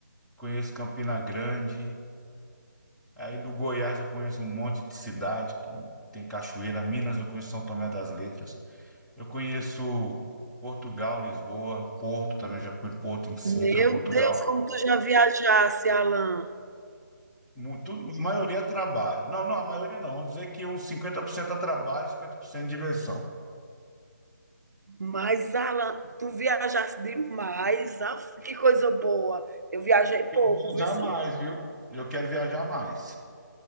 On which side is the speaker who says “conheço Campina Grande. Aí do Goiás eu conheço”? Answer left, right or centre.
Centre